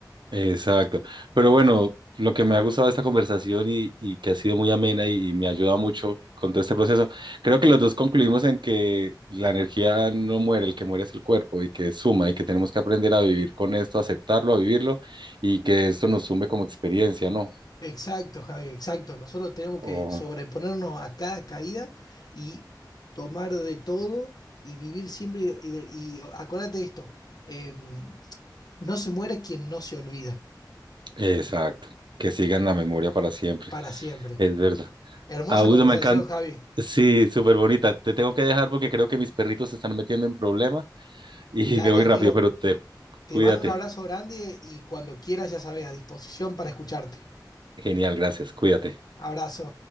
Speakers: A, on the right (about 80°); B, on the left (about 55°).
A: Exacto. Pero bueno, lo que me ha gustado de esta conversación y, y que ha sido muy amena y, y me ha ayudado mucho con todo este proceso, creo que los dos concluimos en que la energía no muere, el que muere es el cuerpo y que suma y que tenemos que aprender a vivir con esto, aceptarlo, a vivirlo y que esto nos sume como experiencia, ¿no?
B: Exacto, Javi, exacto. Nosotros tenemos
A: O-
B: que sobreponernos a cada caída y tomar de todo y vivir siempre. Y, y- y acuérdate de esto: eh, No se muere quien no se olvida,
A: exacto. Que siga en la memoria para siempre.
B: para siempre.
A: Es verdad.
B: Hermosa
A: Augusto,
B: conversación,
A: me encanta.
B: Javi.
A: Sí, súper bonita. Te tengo que dejar porque creo que mis perritos se están metiendo en problema y
B: Dale,
A: <laughs> debo
B: amigo.
A: ir rápido, pero te
B: Te
A: Cuídate.
B: mando un abrazo grande y cuando quieras, ya sabes, a disposición para escucharte.
A: Genial, gracias. Cuídate.
B: Abrazo.